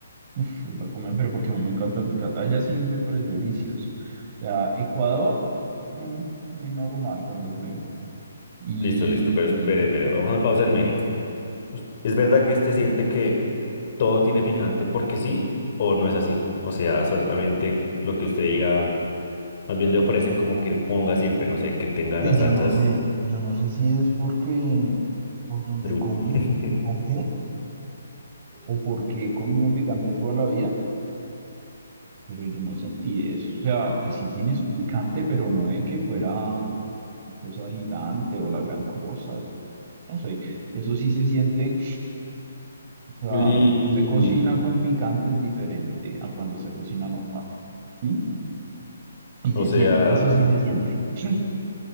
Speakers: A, on the right; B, on the left.
A: Uf, la comida, pero porque a mí me encanta el picante. Allá sí me pareció delicioso. O sea, Ecuador, mm, muy normal cuando fui. Y,
B: Listo, listo, pero espere,
A: y
B: espere. Vamos a una pausa
A: ya.
B: en México. Us- ¿Es verdad que usted siente que todo tiene picante porque sí o no es así? O sea, solamente lo que usted diga, más bien le ofrecen como que ponga siempre, no sé, que tenga
A: Y
B: las
A: yo
B: salsas
A: no sé, yo no sé si es porque por donde
B: de...
A: comí
B: <laughs>
A: o qué. O porque he comido picante toda la vida. Pero yo no sentí eso. O sea, pues sí tiene su picante, pero no es que fuera una cosa gigante o la gran cosa. o- No sé, eso sí se siente. O sea,
B: Y...
A: cuando se cocina con picante es diferente a cuando se cocina normal. ¿Mm? Y se
B: O sea,
A: siente, eso sí se siente. Sí.